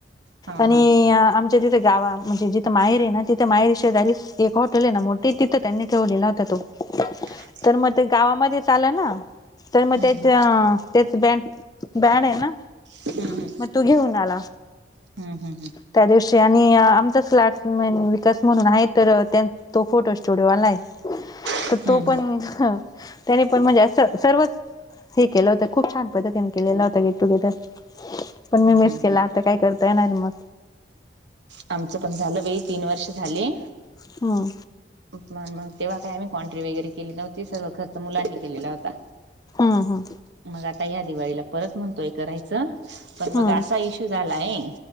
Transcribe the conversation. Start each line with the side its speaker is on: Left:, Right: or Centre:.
Right: हा
Left: आणि
Right: हा
Left: आम तिथे गावा म्हणजे जिथे माहेर आहे ना तिथे माहेरी शेजारी एक हॉटेल आहे. ना मोठी तिथं त्यांनी ठेवलेला होता तो
Right: <inaudible>
Left: तर मग ते गावामध्येच आलं ना, तर
Right: हम्म
Left: मग त्याच्या तेच बँड बँड आहे ना
Right: हम्म
Left: मग तो घेऊन आला.
Right: हम्म हम्म हम्म
Left: त्या दिवशी आणि आमचाच क्लासमेंट विकास म्हणून आहे तर त्यां तो फोटो स्टुडिओवाला आहे.
Right: हम्म
Left: तर तो पण,
Right: हम्म
Left: त्याने पण म्हणजे अस सर्वच हे केलं होत. खूप छान पद्धतीन केलेल होत गेट टुगेदर पण
Right: हम्म
Left: मी मिस
Right: हम्म
Left: केला आता काय कर ता येणार मग
Right: आमचं पण झालं बाई तीन वर्ष झाले.
Left: ह
Right: म मग तेव्हा काय आम्ही क्वनट्री वगैरे केली नव्हती सर्व खर्च मुलांनी केलेला होता.
Left: हा हा...
Right: मग या दिवाळीला परत म्हणतोय करायचं. पण
Left: हम्म
Right: मग असा
Left: हम्म
Right: इश्यू झालाय.